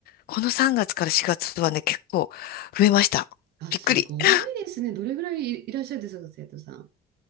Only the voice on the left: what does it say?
この3月から4月はね、結構増えました。
びっくり。
<laughs>